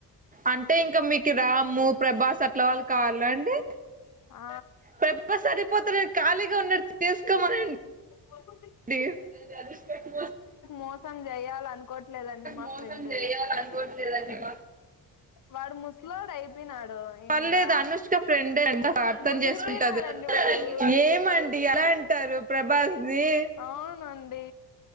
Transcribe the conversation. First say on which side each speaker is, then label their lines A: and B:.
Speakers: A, on the right; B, on the left.
A: అంటే ఇంకా మీకు రాము ప్రభాస్ అట్ల వాళ్ళు కావాలాఅండి
B: ఆ
A: ప్రభా సరిపోతడు ఖాళీగా ఉన్నడు చేసుకోమనండి
B: మొత్త
A: ప్లీజ్ అనుష్కకి
B: మోసం చెయ్యాల అనుకోట్లేదండి మా
A: మోసం
B: ఫ్రెండ్
A: చేయాలి అనుకోట్లేదండి మా
B: వాడు ముసలోడు అయిపోయినాడు ఇంగా
A: పర్లేదు అనుష్క ఫ్రెండే అంట అర్థం
B: ముదిరిపోయినాడండి
A: చేసుకుంటది
B: వాడు
A: ఏమండి అలా అంటారు ప్రభాస్ ని
B: అవునండి